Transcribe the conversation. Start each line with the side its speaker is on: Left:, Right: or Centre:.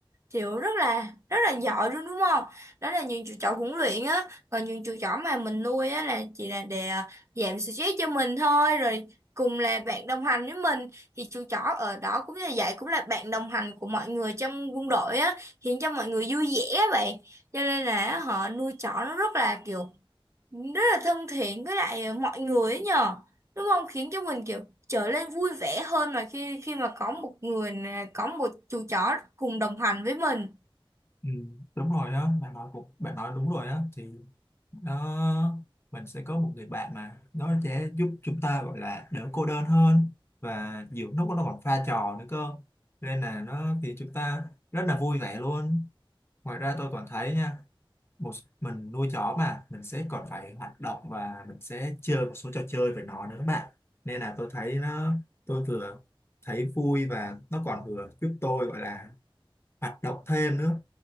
Right: kiểu rất là rất là giỏi luôn đúng không? Đó là những chú chó huấn luyện á, còn những chú chó mà mình nuôi á là chỉ là để ờ, giảm stress cho mình thôi rồi cùng là bạn đồng hành với mình thì chú chó ở đó cũng như vậy cũng là bạn đồng hành của mọi người trong quân đội á khiến cho mọi người vui vẻ á bạn cho nên là họ nuôi chó nó rất là kiểu rất là thân thiện với lại mọi người ấy nhờ đúng không khiến cho mình kiểu trở nên vui vẻ hơn mà khi khi mà có một người nè, có một chú chó cùng đồng hành với mình
Left: Ừ, đúng rồi đó, bạn nói cũng bạn nói đúng rồi đó thì nó mình sẽ có một người bạn mà nó sẽ giúp chúng ta gọi là đỡ cô đơn hơn và nhiều lúc nó còn pha trò nữa cơ. Nên là nó khiến chúng ta rất là vui vẻ luôn. Ngoài ra tôi còn thấy nha một mình nuôi chó mà mình sẽ còn phải hoạt động và mình sẽ chơi một số trò chơi với nó nữa bạn nên là tôi thấy nó tôi vừa thấy vui và nó còn vừa giúp tôi gọi là hoạt động thêm nữa